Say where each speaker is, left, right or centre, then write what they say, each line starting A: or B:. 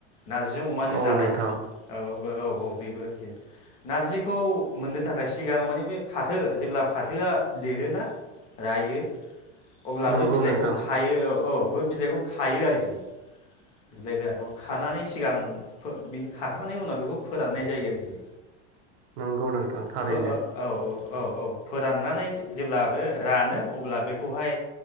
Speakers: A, on the left; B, on the right.
A: नारजिजों अमाजों
B: औ
A: जानाय
B: नोंथां
A: औ औ बेबो आरोखि नारजिखौ मोननो थाखाय सिगां मानि बे फाथो जेब्ला फाथोआ देरोना रायो अब्लाबो
B: नंगौ
A: बिलाइखौ
B: नोंथां
A: खायो औ औ बे बिलाइखौ खायो आरोखि बिलाइ गोराखौ खानानै सिगां खाखांनायनि उनाव बेखौ फोराननाय जायो आरोखि
B: नंगौ नोंथां थारैनो
A: फो ओ औ औ औ फोराननानै जेब्ला बे रानो अब्ला बेखौहाय